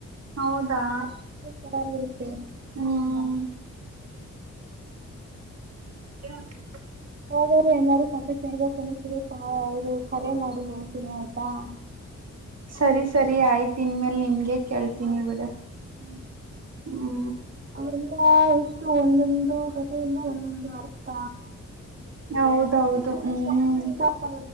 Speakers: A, on the right; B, on the right.
A: ಹೌದಾ
B: ಅಷ್ಟೆ ಚೆನ್ನಾಗಿರುತ್ತೆ. <inaudible>
A: ಹ್ಮ್ ಅದಕ್ಕೆ ಅವರ ತಿನ್ನಕೊಂಡ,
B: ಹೌಗೋರೆ ಏಲಾರೋ ಕತೆ ಕೇಳ್ಬೇಕ ಅನತರಿ ಇದು ಕರೆ ಮಾಡಿ. ಹೊಟ್ಟಿ ನೋವುತ್ತಾ?
A: ಸರಿ ಸರಿ ಆಯ್ತ ಇನ್ ಮೇಲ್ ನಿಮ್ಮ ಗೆ ಕೇಳ್ತೀನಿ ಬಿಡ.
B: ಹು
A: ಹು
B: ಅವೆಲ್ಲ ಇಟ್ಟು ಒಂದೊಂದು ಕಥೆಯಲ್ಲ ಒಂದೊಂದು ಅರ್ಥ? <unintelligible>
A: ಹೌದೌದು ಹ್ಮ್
B: <inaudible> ಯಾಕ್